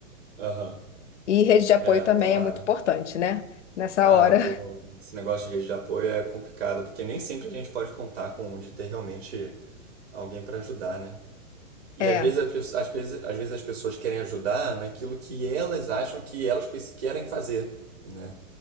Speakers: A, on the right (about 45°); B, on the left (about 55°).
A: aham.
B: E rede de apoio
A: É,
B: também
A: tomara.
B: é muito importante, né? Nessa
A: Ah,
B: hora.
A: pô, esse negócio de rede de apoio é complicado, porque nem sempre a gente pode contar com de ter realmente alguém para ajudar, né? E
B: É,
A: às vezes, as, pe- às vezes, às vezes as pessoas querem ajudar naquilo que elas acham que elas preci- querem fazer, né?